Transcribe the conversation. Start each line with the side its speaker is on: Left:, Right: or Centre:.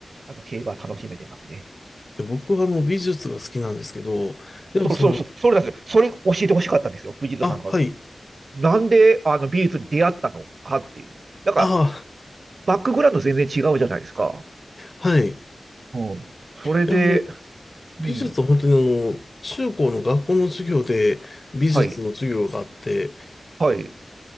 Right: あの、競馬楽しめてますね。
Left: 僕はあの、美術が好きなんですけど、でもその、
Right: そうそうそう、それなんですよ。それ教えてほしかったんですよ、藤田さんが。
Left: あ、はい。
Right: なんで、あの、美術に出会ったのかっていう。なんか、
Left: あ、
Right: バックグラウンド全然違うじゃないですか。
Left: はい。い
Right: うん。それで、
Left: や、もう、美術は本当にあの、
Right: うん。
Left: 中高の学校の授業で美術の授業があって、
Right: はい。はい。